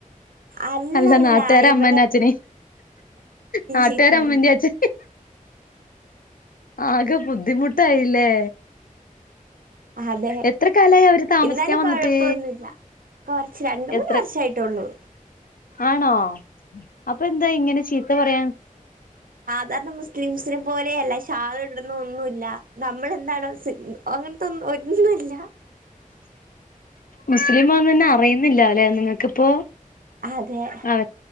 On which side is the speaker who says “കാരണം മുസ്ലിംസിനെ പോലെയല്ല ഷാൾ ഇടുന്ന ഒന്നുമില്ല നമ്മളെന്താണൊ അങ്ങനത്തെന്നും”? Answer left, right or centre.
Right